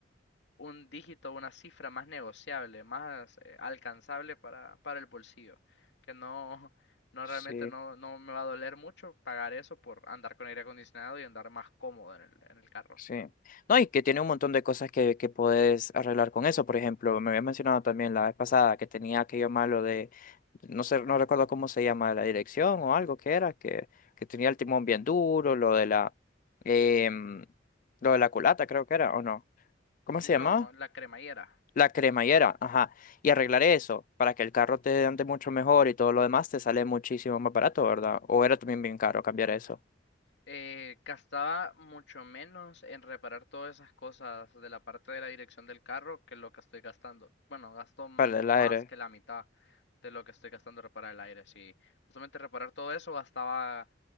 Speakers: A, on the left; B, on the left.
A: un dígito, una cifra más negociable, más eh, alcanzable para, para el bolsillo, que no, no
B: Sí.
A: realmente no, no me va a doler mucho pagar eso por andar con aire acondicionado y andar más cómodo en el, en el carro.
B: Sí. No, y que tiene un montón de cosas que, que puedes arreglar con eso. Por ejemplo, me habías mencionado también la vez pasada que tenía aquello malo de, no sé, no recuerdo cómo se llama, la dirección o algo que era, que, que tenía el timón bien duro, lo de la, em, lo de la culata creo que era, ¿o no? ¿Cómo
A: No,
B: se llamaba?
A: la cremallera.
B: La cremallera, ajá. Y arreglar eso para que el carro te ande mucho mejor y todo lo demás te sale muchísimo más barato, ¿verdad? O era también bien caro cambiar eso
A: Eh, gastaba mucho menos en reparar todas esas cosas de la parte de la dirección del carro que lo que estoy gastando. Bueno, gasto más
B: para el aire.
A: que la mitad de lo que estoy gastando en reparar el aire. Sí, justamente reparar todo eso gastaba